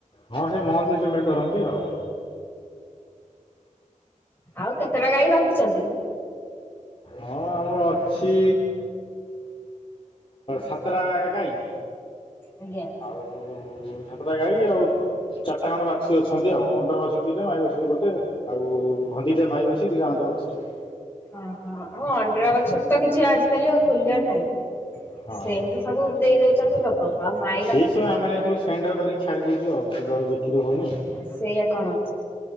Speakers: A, on the left (about 40°); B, on the left (about 15°).
A: ହଁ ସେ ମଂଥଲି ପେମେଣ୍ଟ କରନ୍ତି ଆଉ।
B: ଆଉ କେତେଟା ଗାଈ ରଖୁଛନ୍ତି?
A: ହଁ ଆମର ଅଛି ସାତଟା ଗାଈ।
B: ଆଜ୍ଞା।
A: ଆଉ ସାତଟା ଗାଈ ଆଉ ଚାରିଟା ଖଣ୍ଡ ବାଛୁରି ଅଛନ୍ତି ଆଉ ଅଣ୍ଡିରା ବାଛୁରୀ ଦିଟା ମାଇ ବାଛୁରି ଗୋଟେ। ଆଉ ହ ଦିଟା ମାଇ ବାଛୁରୀ ଦିଟା ଅଣ୍ଡିରା ବାଛୁରୀ। <unintelligible>
B: ଓହୋ ଉ ଅଣ୍ଡିରା ବାଛରି ତ କିଛି ଆଜିକାଲି ଆଉ ମୂଲ୍ୟ ନାହିଁ?
A: ହଁ
B: ସେମିତି ସବୁ ଦେଇ ଦଉଛନ୍ତି ଲୋକଙ୍କୁ ଆଉ ମା
A: ସେ ସବୁ ଆମେ ସବୁ ସେଣ୍ଣ୍ଡ କରିକି ଛାଡି ଦଉୁଛୁ ଆଉ ସେ ତ ବିକ୍ରି ହଉନି।
B: ସେଇୟା କରନ୍ତୁ।